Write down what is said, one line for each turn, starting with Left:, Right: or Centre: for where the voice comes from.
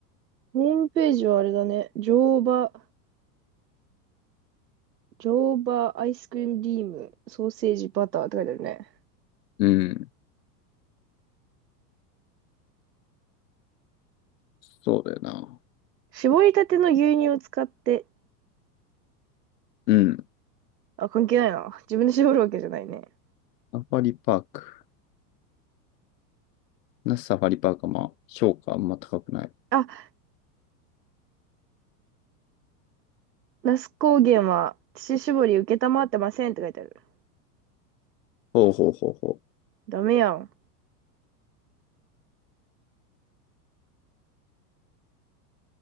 Right: ホームページはあれだね。乗馬、乗馬アイスクリームリーム、ソーセージ、バターって書いてあるね。
Left: うん。そうだよな。
Right: 絞りたての牛乳を使って、
Left: うん。
Right: あ、関係ないな。自分で絞るわけじゃないね。
Left: サファリパーク。なぜサファリパークはまあ、評価あんま高くない。
Right: あ、那須高原は乳搾り承ってませんって書いてある。
Left: ほうほうほうほ
Right: ダメやん。